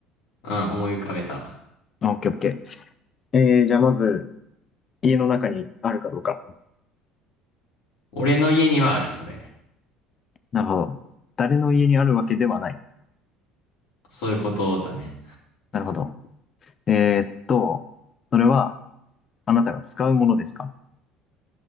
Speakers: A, on the left; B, on the left.
A: うん、思い浮かべた。
B: あオッケーオッケー。えー、じゃあまず、家の中にあるかどうか。
A: 俺の家にはある、それ。
B: なるほど。誰の家にあるわけではない。
A: そういうことだね。
B: なるほど。えーっと、それは、あなたが使うものですか